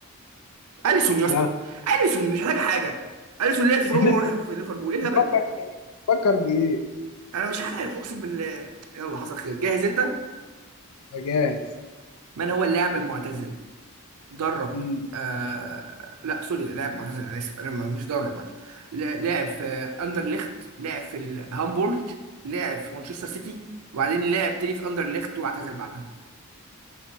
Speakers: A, on the right; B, on the left.
A: اليسون يا اسطى
B: ها
A: اليسون مش محتاج حاجه اليسون لعب في
B: <laughs>
A: روما وراح في ليفربول ايه الهبل
B: بتفكر
A: ده
B: في ايه؟ بتفكر في ايه؟
A: انا مش عارف اقسم بالله يلا حصل خير جاهز انت
B: فجاهز
A: من هو اللاعب المعتزل درب
B: مم.
A: آه لا سوري لاعب معتزل انا اسف انا ما- مش درب معلش لا- لاعب في اندرليخت لاعب في الهامبورج لاعب في مانشستر سيتي وبعدين لاعب تاني في اندرليخت واعتزل بعدها